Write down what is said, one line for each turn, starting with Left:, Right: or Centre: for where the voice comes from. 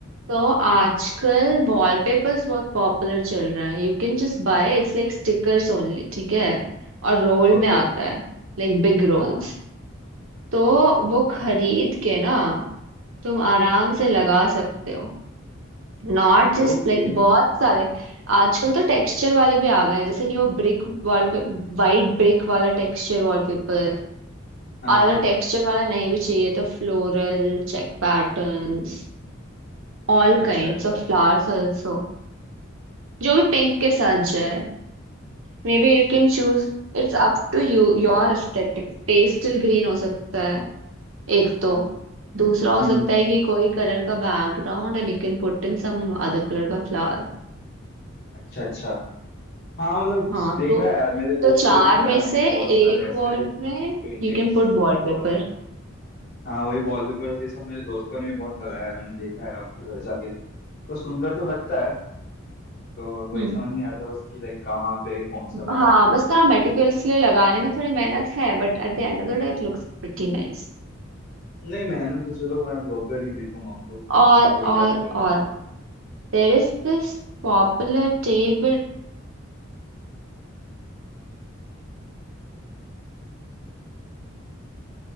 Right: तो आजकल वॉलपेपर्स बहुत पॉपुलर चल रहे हैं you can just buy it's like stickers only ठीक है और रोल
Left: ओके
Right: में आता है लाइक बिग रोल्स
Left: हाँ हाँ
Right: तो वो खरीद के ना तुम आराम से लगा सकते हो नॉट जस्ट
Left: ओके
Right: लाइक बहुत सारे आजकल तो टेक्सचर वाले भी आ गए हैं जैसे कि वो ब्रिक वॉलपेपर वाइट ब्रिक वाला टेक्सचर वॉलपेपर
Left: हाँ
Right: और
Left: हाँ
Right: अगर टेक्सचर वाला नहीं भी चाहिए तो floral check patterns all
Left: अच्छा
Right: kinds
Left: अच्छा
Right: of flowers also जो भी पिंक के साथ जाए Maybe you can choose it's up to you your aesthetic Pastel green हो सकता है एक तो दूसरा हो
Left: हम्म
Right: सकता
Left: हम्म,
Right: है कि कोई कलर का background and you can put in some other colour का फ्लावर
Left: अच्छा अच्छा हाँ मतलब
Right: हाँ
Left: देखा
Right: तो
Left: है यार मेरे दोस्त
Right: तो चार
Left: लोग भी लगाए
Right: में से
Left: हैं बहुत सारे
Right: एक
Left: ऐसे
Right: वॉल में
Left: पेंटिंग्स
Right: यू कैन पुट वॉलपेपर
Left: और हाँ वही वॉलपेपर्स ये सब मेरे दोस्तों ने भी बहुत लगाया है मैंने देखा है उनके घर जाके तो सुंदर तो लगता है तो वही
Right: हम्म
Left: समझ नहीं आ रहा था बस कि लाइक कहाँ पे कौन सा लगाऊं
Right: हाँ बस थोड़ा मेटिकुलसली लगाने में थोड़ी मेहनत है but at the end of the day it looks pretty nice
Left: नहीं मेहनत तो चलो मैं वो कर ही देता अब तो
Right: और
Left: वही लगा
Right: और
Left: देंगे
Right: और there is this popular table